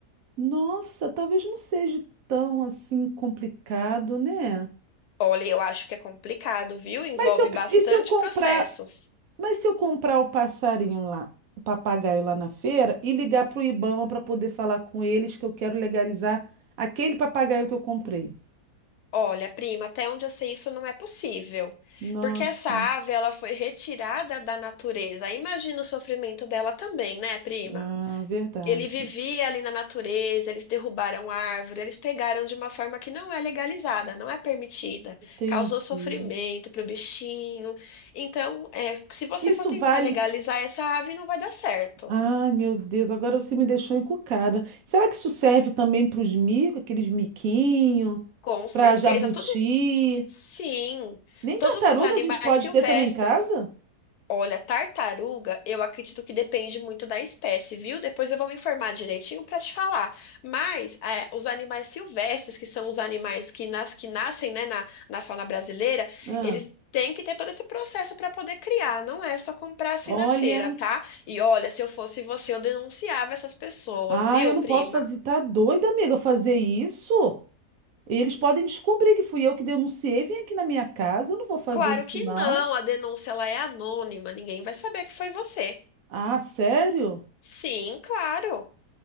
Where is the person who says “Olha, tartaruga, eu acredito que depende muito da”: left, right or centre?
Left